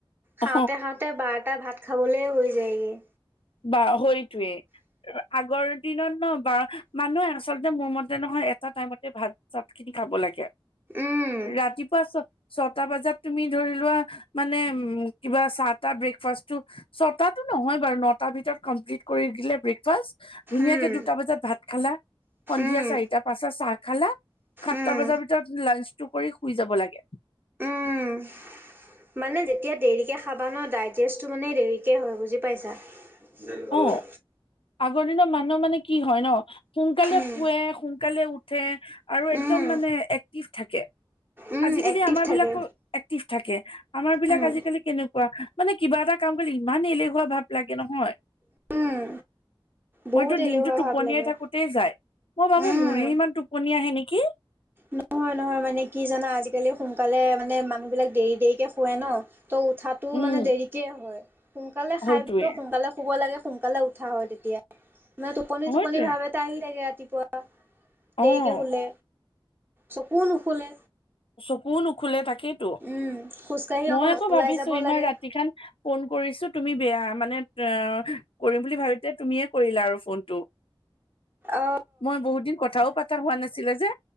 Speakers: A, on the left; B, on the right.
A: অ
B: খাওঁতে খাওঁতে বাৰটা ভাত। খাবলে হৈ যায়গে।
A: বা হয়তোৱে আগৰ। দিনত ন ব মানুহে আচলতে মোৰ মতে নহয় এটা টাইমতে ভাত চাত খিনি খাব লাগে।
B: উম
A: ৰাতিপুৱা ছ ছটা বজাত তুমি ধৰি লোৱা মানে উম, কিবা চাহটা ব্ৰকফাটো ছটাটো নহয় বাৰু। তাৰ ভিতৰত কমপ্লিট কৰি দিলে ব্ৰেকফাষ্ট ধুনীয়াকে
B: উম
A: দুটা বজাত ভাত খালা সন্ধিয়া
B: উম
A: চাৰিটা পাচত চাহ খালা। সাতটা
B: উম
A: বজাৰ ভিতৰত লাঞ্চটো কৰি শুই যাব লাগে।
B: উম। মানে যেতিয়া দেৰিকে খাবা ন ডেষ্টটো মানে দেৰিকে হয় বুজি পাইছা। ভাল
A: অ
B: <unintelligible>
A: আগৰ দিনৰ মানুহ মানে কি হয় ন সোনকালে
B: উম
A: শুৱে সোনকালে উঠে আৰু। একদম
B: উম
A: মানে এক্টিভ থাকে।
B: উম
A: আজিকালি
B: এক্টিভ
A: আমাৰ
B: থাকে
A: বিলাকো এক্টিভ থাকে আমাৰ বিলাক
B: উম
A: আজিকালি কেনেকুৱা মানে। কিবা এটা কাম কৰিলে ইমান এলেহুৱা ভাৱ লাগে নহয়।
B: উম বহুত
A: মইতো
B: এলেহুৱা
A: দিনটো টোপনিয়াই
B: ভাৱ লাগে
A: থাকোতেই যাই। মই ভাবো
B: উম
A: মোৰে ইমান টোপনি আহে নেক কি?
B: নহয় - নহয় মানে কি জানা আজিকালি সোনকালে মানে মানুহ বিলাক দেৰি - দেৰিকে শুৱে ন। ত, উঠাতটো
A: উম,
B: মানে দেৰিকে হয় সোনকালে খাই
A: হয়তোৱে
B: ব সোনকালে শুব লাগে। সোনকালে উঠা হয় তেতিয়া মানে টোপনি -
A: হয়তোৱে
B: টোপনি ভাৱ এটা আহি থাকে ৰাতিপুৱা।
A: অ',
B: দেৰিকে শুলে চকু নুখুলে
A: চকু নোখোলে তাকে। সেইটো
B: উম খোজকাঢ়ি
A: মই
B: অকণ
A: আকৌ
B: ওলাই
A: ভাবিছো
B: যাব
A: ইমান
B: লাগে
A: ৰাতি খান ফোন কৰিছো তুমি বেয়া মানে অ কৰিম বুলি ভাবিতে তুমিয়ে কৰিলা আৰু ফোনটো।
B: অ
A: মই বহুত দিন কথাও পতা হোৱা নাছিলে যে।